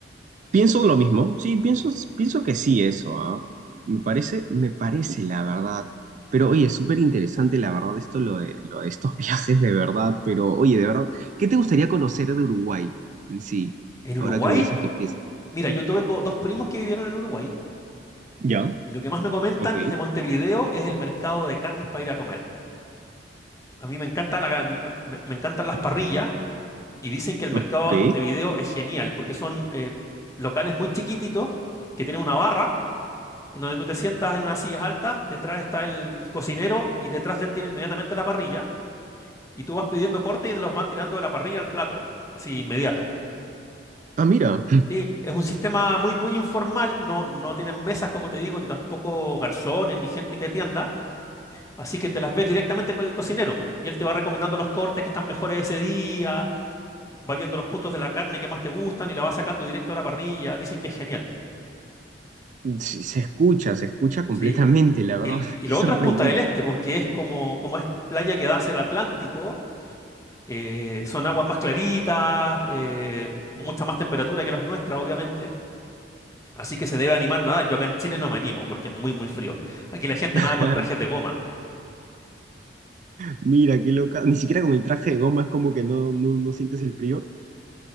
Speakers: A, on the right (about 45°); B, on the left (about 20°).
A: Pienso lo mismo, sí, pienso, pienso que sí eso, ¿ah? Me parece, me parece la verdad. Pero oye, es súper interesante la verdad esto, lo de, lo de estos <laughs> viajes de verdad, pero oye, de verdad, ¿qué te gustaría conocer de Uruguay en sí?
B: En
A: Ahora
B: Uruguay,
A: que me dices que piensas.
B: mira, yo tengo dos primos que vivieron en Uruguay
A: Ya,
B: y lo que más me comentan
A: ok,
B: de Montevideo es el mercado de carnes para ir a comer. A mí me encanta la, me, me- me encantan las parrillas y dicen que el mercado
A: ok.
B: de Montevideo es genial porque son eh, locales muy chiquititos que tienen una barra en donde tú te sientas en unas sillas altas, detrás está el el cocinero y detrás de él tiene inmediatamente la parrilla y tú vas pidiendo cortes y te los van tirando de la parrilla al plato, así inmediato.
A: Ah, mira,
B: Sí, Es un sistema muy, muy informal, no, no tienen mesas, como te digo, ni tampoco garzones, ni gente que atienda, así que te las ves directamente con el cocinero, po, y él te va recomendando los cortes que están mejores ese día, va viendo los puntos de la carne que más te gustan y la va sacando directo a la parrilla, dicen que es genial.
A: <laughs> sí, se escucha, se escucha completamente,
B: sí,
A: la verdad,
B: Y,
A: <laughs>
B: y
A: qué
B: lo
A: sorprendente.
B: otro es Punta del Este, pues que es como, como es playa que da hacia el Atlántico, eh, son aguas más claritas, eh, mucha más temperatura que las nuestras, obviamente. Así que se debe animar nada. Yo acá en Chile no me animo porque es muy, muy frío. Aquí la gente
A: <laughs>
B: nada con trajes de goma.
A: Mira, qué loca, ni siquiera con el traje de goma es como que no, no, no sientes el frío.